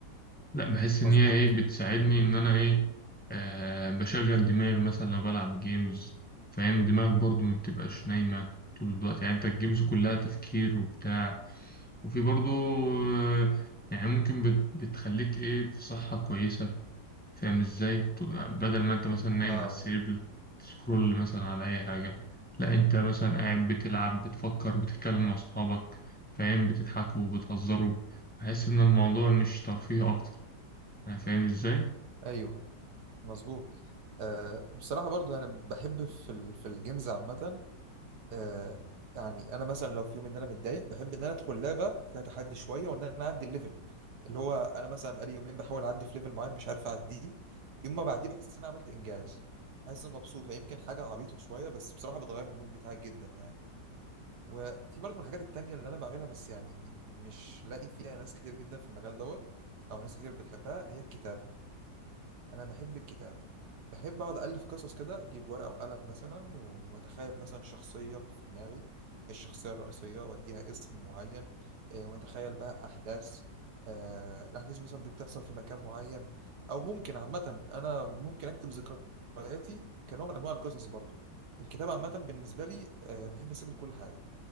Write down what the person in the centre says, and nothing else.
لا بحس
ان هي ايه بتساعدني ان انا ايه آه بشغل دماغي مثلا لو بلعب جيمز فاهم دماغك برضو ما بتبقاش نايمة طول الوقت يعني انت الجيمز كلها تفكير وبتاع وفي برضو آه يعني ممكن بت بتخليك ايه في صحة كويسة فاهم ازاي ت- بدل ما انت مثلا نايم
على السرير بتسكرول مثلا على اي حاجة لا انت مثلا قاعد بتلعب بتفكر بتتكلم مع اصحابك فاهم بتضحكوا وبتهزروا بحس ان الموضوع مش ترفيه اكتر أنا فاهم إزاي؟